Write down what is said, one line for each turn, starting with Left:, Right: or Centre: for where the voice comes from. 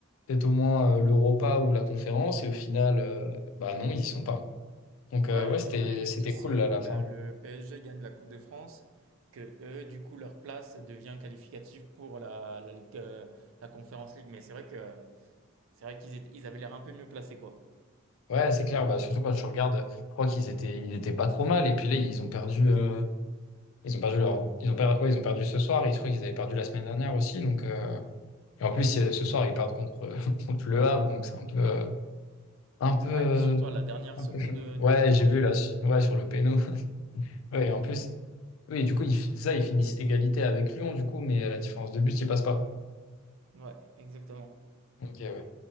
Left: peut-être au moins euh, l'Europa ou la Conférence. Et au final, euh, bah non, ils y sont pas. Donc,
Right: Ouais,
Left: euh, ouais,
Right: il
Left: c'était,
Right: y, a il y a juste
Left: c'était
Right: aussi
Left: cool là, à la fin.
Right: euh, le PSG gagne la Coupe de France, que eux, du coup, leur place devient qualificative pour la, la Ligue, euh, la Conférence Ligue. Mais c'est vrai que C'est vrai qu'ils étaient- ils avaient l'air un peu mieux placés, quoi.
Left: Ouais, c'est clair. Bah, surtout quand tu regardes, je crois qu'ils étaient, ils étaient pas trop mal. Et puis là, ils ont perdu, euh, ils ont perdu leur, ils ont per- ouais, ils ont perdu ce soir. Et je crois qu'ils avaient perdu la semaine dernière aussi. Donc, euh, et en plus, euh, ce soir, ils perdent contre, <laughs> contre le Havre. Donc, c'est un peu, euh, un peu,
Right: Ouais,
Left: euh,
Right: et puis surtout à la dernière
Left: un
Right: seconde
Left: peu chaud.
Right: de- du
Left: Ouais,
Right: match,
Left: j'ai
Right: quoi.
Left: vu là, su- ouais, sur le péno. <laughs> Ouais, et en plus, oui, du coup, ils fi- ça, ils finissent égalité avec Lyon, du coup, mais à la différence de but, ils passent pas.
Right: Ouais, exactement.
Left: Ok, ouais.